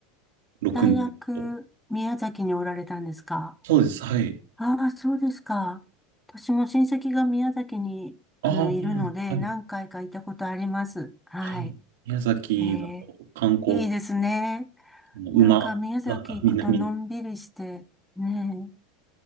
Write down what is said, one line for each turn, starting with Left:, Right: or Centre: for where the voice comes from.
Right: 6年。
Centre: 大学、宮崎におられたんですか
Right: そうです。はい。
Centre: ああ、そうですか。私も親戚が宮崎に、
Right: ああ、
Centre: あの、いるので、
Right: はい。
Centre: 何回か行ったことあります。はい。
Right: はい。宮崎だと観光
Centre: ええ、いいですね。
Right: あの馬、
Centre: なんか宮崎行くとのんびりして、
Right: 馬が南に。
Centre: ね